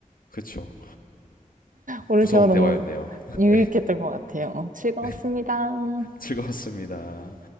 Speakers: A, on the left; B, on the right.
A: 그렇죠.
B: 오늘
A: 무서운
B: 대화 너무
A: 대화였네요. <laughs>
B: 유익했던
A: 네,
B: 것 같아요. 즐거웠습니다.
A: 네, 즐거웠습니다.